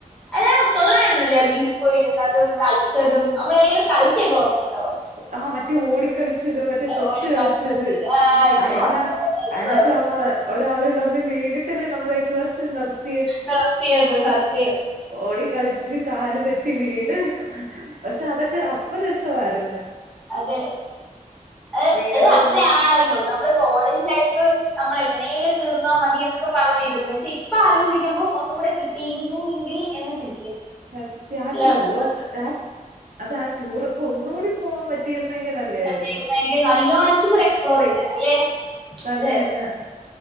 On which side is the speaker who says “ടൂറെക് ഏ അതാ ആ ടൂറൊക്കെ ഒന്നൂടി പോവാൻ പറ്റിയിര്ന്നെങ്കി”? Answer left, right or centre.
Right